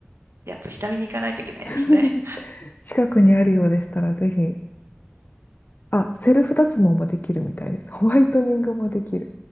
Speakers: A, on the right; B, on the left.
A: やっぱ下見に行かないといけないですね。
B: <laughs> 近くにあるようでしたら、ぜひ。あ、セルフ脱毛もできるみたいです。ホワイトニングもできる。